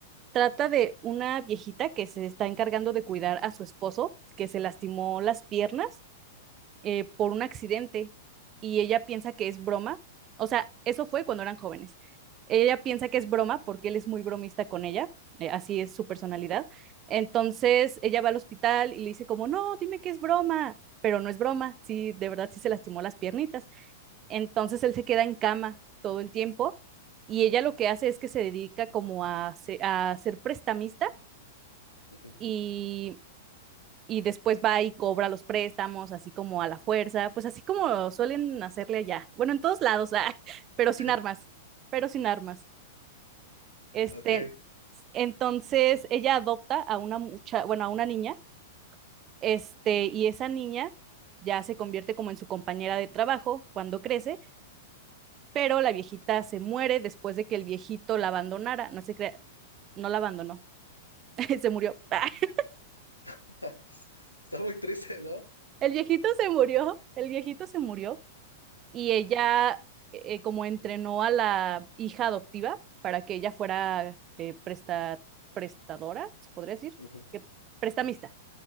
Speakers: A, on the right; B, on the left.
A: Trata de una viejita que se está encargando de cuidar a su esposo, que se lastimó las piernas eh, por un accidente y ella piensa que es broma. O sea, eso fue cuando eran jóvenes. Ella piensa que es broma porque él es muy bromista con ella, eh, así es su personalidad. Entonces ella va al hospital y le dice como, no, dime que es broma, pero no es broma, sí, de verdad sí se lastimó las piernitas. Entonces él se queda en cama todo el tiempo y ella lo que hace es que se dedica como a, se- a ser prestamista
B: Ujú.
A: y, y después va y cobra los préstamos, así como a la fuerza, pues así como suelen hacerle allá. Bueno, en todos lados, <laughs> ah, pero sin
B: <laughs>
A: armas, pero sin armas. Este,
B: Ok,
A: entonces ella adopta a una mucha, bueno, a una niña, este, y esa niña ya se convierte como en su compañera de trabajo cuando crece pero la viejita se muere después de que el viejito la abandonara, no se crea, no la abandonó, <laughs> se murió. <laughs>
B: <laughs> está muy triste, ¿no?
A: el viejito se murió, el viejito se murió y ella eh, como entrenó a la hija adoptiva para que ella fuera eh, presta, prestadora, se podría decir,
B: Ujú.
A: que prestamista,